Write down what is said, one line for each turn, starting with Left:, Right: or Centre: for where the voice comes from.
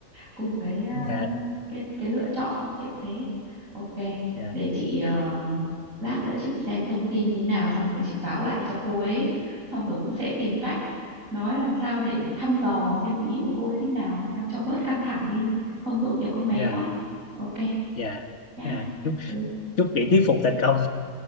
Right: cùng cái ờ,
Left: Dạ
Right: cái cái lựa chọn kiểu thế ok
Left: dạ
Right: để chị ờ, lát nữa chị xem thông tin như nào xong rồi chị báo lại cho cô ấy xong rồi cũng sẽ tìm cách nói làm sao để thăm dò xem ý của cô ấy thế nào cho cho bớt căng thẳng đi không tội nghiệp con bé
Left: dạ
Right: quá ok
Left: dạ
Right: nha
Left: dạ. Chúc
Right: ừ.
Left: chúc chị thuyết phục thành công.